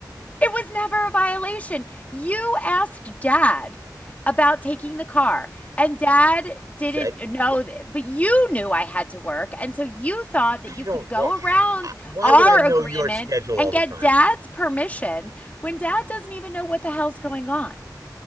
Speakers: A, on the left; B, on the right.
A: It was never a violation. You asked dad about taking the car, and dad didn't
B: Said
A: know,
B: yeah.
A: but you knew I had to work. And so you thought that
B: I
A: you
B: don't.
A: could go
B: Well,
A: around
B: why
A: our
B: would I know
A: agreement
B: your schedule
A: and
B: all the
A: get
B: time?
A: dad's permission when dad doesn't even know what the hell's going on.